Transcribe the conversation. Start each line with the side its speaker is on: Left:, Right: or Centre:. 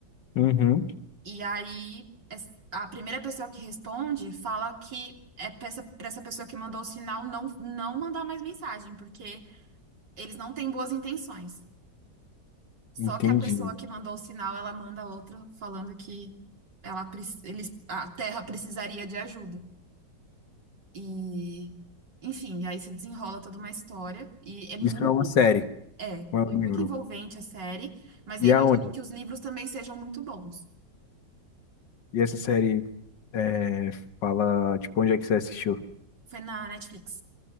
Left: Uhum.
Right: E aí, es- a primeira pessoa que responde fala que é pra essa, pra essa pessoa que mandou o sinal não, não mandar mais mensagem, porque eles não têm boas intenções. Só
Left: Entendi.
Right: que a pessoa que mandou o sinal, ela manda outro falando que ela, preci- eles, a Terra precisaria de ajuda. E, enfim, aí se desenrola toda uma história. E é muito,
Left: Isso é uma série,
Right: é,
Left: não é um
Right: é muito
Left: livro.
Right: envolvente a série, mas
Left: E
Right: eu imagino
Left: aonde?
Right: que os livros também sejam muito bons.
Left: E essa série é, fala, tipo, onde é que você assistiu?
Right: Foi na Netflix.